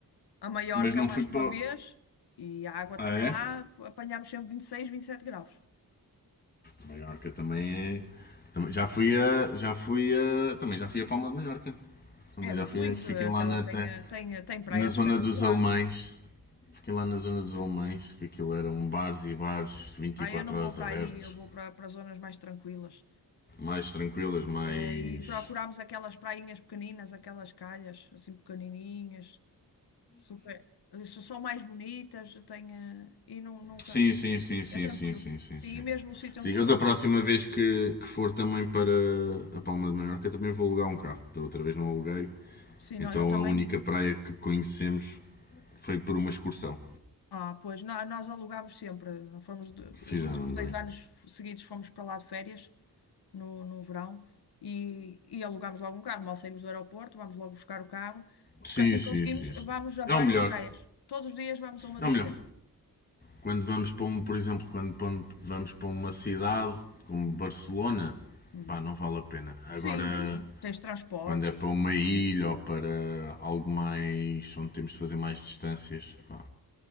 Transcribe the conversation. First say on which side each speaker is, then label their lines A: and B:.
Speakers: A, on the left; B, on the left.
A: a Maiorca
B: Mas não
A: mais
B: fui para.
A: que uma vez e a água
B: Ah,
A: também
B: é?
A: lá f- apanhámos sempre 26, 27 graus.
B: Maiorca também é. também- já fui a. Já fui a. Também já fui a Palma de Maiorca. Também
A: É muito
B: já fui.
A: lindo,
B: Fiquei
A: eh, aquela
B: lá na,
A: tem, eh, tem, eh, tem praias
B: na zona
A: espetaculares.
B: dos alemães. Fiquei lá na zona dos alemães, que aquilo eram bares e bares 24
A: Ah, eu não
B: horas
A: vou para
B: abertos.
A: aí, eu vou para, para zonas mais tranquilas.
B: Mais tranquilas, mais.
A: Eh, e procurámos aquelas prainhas pequeninas, aquelas calhas assim pequenininhas, super, eh, só- são mais bonitas, tem, eh, e nu- nunca,
B: Sim, sim, sim, sim,
A: é tranquilo.
B: sim, sim, sim,
A: Sim,
B: sim.
A: e mesmo o sítio
B: Sim,
A: onde,
B: eu da
A: onde
B: próxima vez que, que for também para a Palma de Maiorca também vou alugar um carro. Da outra vez não aluguei.
A: sim, não
B: Então
A: eu também,
B: a única praia que conhecemos foi por uma excursão.
A: ah, pois, nó- nós alugámos sempre, não fomos, de-
B: Fizeram
A: os últimos dois
B: bem.
A: anos f- seguidos fomos para lá de férias, no, no verão, e, e alugámos logo um carro, mal saímos do aeroporto, vamos logo buscar o carro,
B: Sim,
A: porque assim
B: sim,
A: conseguimos,
B: sim,
A: vamos
B: sim.
A: a
B: É
A: várias
B: o melhor.
A: praias, todos os dias vamos a uma
B: É
A: diferente.
B: o melhor. Quando vamos para um, por exemplo, quando pam- vamos para uma cidade como Barcelona,
A: Uhum.
B: pá, não vale a pena. Agora,
A: Sim, aí tens transportes.
B: quando é para uma ilha ou para algo mais onde temos de fazer mais distâncias, pá,